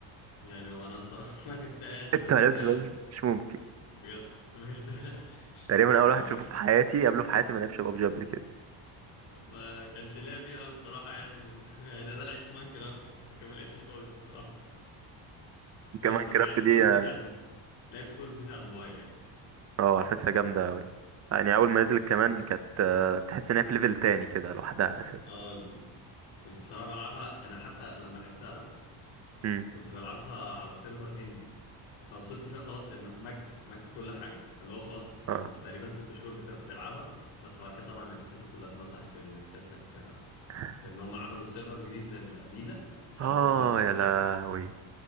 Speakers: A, on the left; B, on the right.
A: يعني وانا الصراحه <laughs> ما لعبتهاش
B: <laughs> انت
A: بس
B: ما لعبتش بابجي مش ممكن
A: بجد بجد ما لعبتهاش
B: تقريبا اول واحد تشوفه في حياتي
A: أص-
B: قبله في حياتي ما لعبش بابجي قبل كده
A: ما كانش ليا فيها قوي الصراحه يعني وكنت <laughs> يعني انا لعبت ماينكرافت لكن ما لعبتش بابجي الصراحه ب-
B: كمان
A: بس
B: كرافت
A: لعبت
B: دي
A: كول اوف
B: اه
A: ديوتي على الم... لعبت كول اوف ديوتي على الموبايل يعني
B: آه، على فكرة جامدة أوي يعني أول ما نزلت
A: يعني
B: كمان
A: كانت
B: كانت آه، تحس إن هي في ليفل تاني كده لوحدها أساسا
A: اه كنت بصراحه بلعبها انا حتى لما لعبتها
B: امم
A: كنت بلعبها على سيرفر هندي فوصلت فيها خلاص الم- ماكس ماكس كل حاجه اللي هو خلاص اس- انت
B: اه
A: تقريبا ست شهور بت- بتلعبها بس بعد كده طبعا الداتا دي كلها اتمسحت لان سيادتك
B: <laughs>
A: لان هم عملوا سيرفر جديد لل... لينا فخلاص
B: اه
A: كل الداتا
B: يا
A: دي
B: لهوي
A: راحت